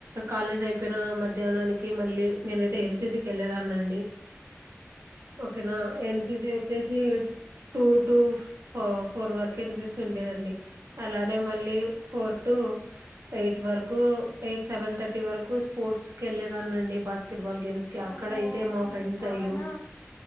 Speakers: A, on the right; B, on the left.
A: కాలేజ్ అయిపోయిన మధ్యాహ్నానికి మళ్ళీ నేనైతే ఎన్సిసికి వెళ్ళలేదాన్నిండి ఓకేనా
B: ఓకే
A: ఎన్సిసి వచ్చే స టూ టూఫ ఫోర్ వర్కస ఉండేదండి అలానే మళ్ళీ ఫోర్ టూ ఎయిట్ వరకు ఎయిట్ సెవెన్ థర్టీ వరకు స్పోర్ట్స్ క వెళ్ళలేదాన్ని అండి బస్ స్కెట్ బాల్ గేమ్స్ కి
B: వామ్మో
A: అక్కడ అయితే మా
B: మీది
A: ఫ్రెండ్స్
B: చానా
A: అయ్యో